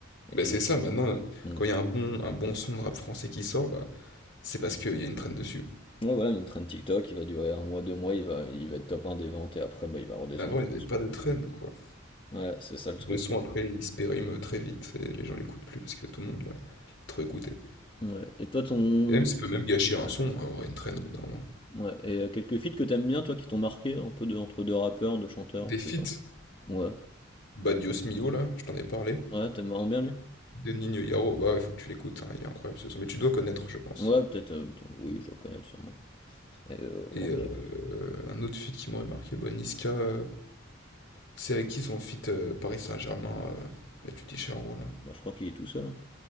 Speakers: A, on the left; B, on the left.
A: et
B: Ben
A: que.
B: c'est ça, maintenant,
A: Hmm.
B: quand il y a un bon, un bon son de rap français qui sort, bah, c'est parce qu'il y a une trend dessus.
A: Ouais, voilà, une traîne TikTok, il va durer un mois, deux mois, il va, il va être top un des ventes et après, bah, il va redescendre
B: Avant,
A: tout
B: il n'y
A: doucement.
B: avait pas de trend, quoi.
A: Ouais, c'est ça le truc.
B: Le son, après, il se périme très vite et les gens l'écoutent plus parce que tout le monde l'a l'a trop écouté.
A: Ouais. Et toi, ton.
B: Et même, ça peut même gâcher un
A: Ouais.
B: son, hein, en vrai, une trend au bout d'un moment.
A: Ouais. Et euh, quelques feats que t'aimes bien, toi, qui t'ont marqué, un peu de, entre deux rappeurs, deux chanteurs,
B: Des
A: je
B: feats,
A: sais pas. Ouais.
B: bah Mio, là, je t'en ai parlé.
A: Ouais, t'aimes vraiment bien lui?
B: De Nino Yaro, bah, il faut que tu l'écoutes, hein, il est incroyable ce son. Mais tu dois connaître, je pense.
A: Ouais, peut-être. euh, peut-être- oui, je dois connaître sûrement. Et, euh,
B: Et
A: ok.
B: euh, un autre feat qui m'aurait marqué, bah, Niska, euh, c'est avec qui son feat euh, Paris Saint-Germain, euh, bah, tu dis Charo, là.
A: Bah, je crois qu'il est tout seul. hein.